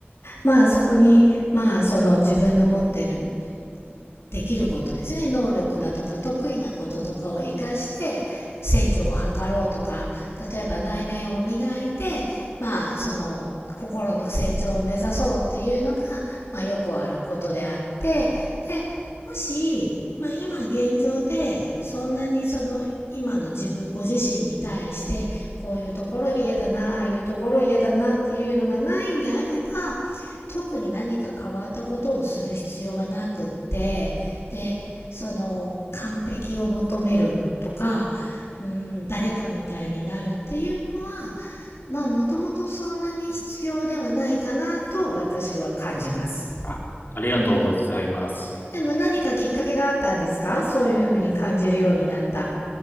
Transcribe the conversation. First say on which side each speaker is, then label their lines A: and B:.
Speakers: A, on the left (about 85°); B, on the left (about 55°).
A: まあ、そこに、まあ、その自分の持ってるできることですね能力だとか得意なこととかを生かして成長を図ろうとか例えば内面を磨いてまあその心の成長を目指そうっていうのが、まあ、よくあることであってでもし、まあ、今現状でそんなにその今の自分ご自身に対してこういうところ嫌だなああいうところ嫌だなっていうのがないんであれば特に何か変わったことをする必要はなくってでその完璧を求めるとか、うん、誰かみたいになるっていうのはまあもともとそんなに必要ではないかなと私は感じます。
B: あ、ありがとうございます。
A: でもでも何かきっかけがあったんですかそういうふうに感じるようになった。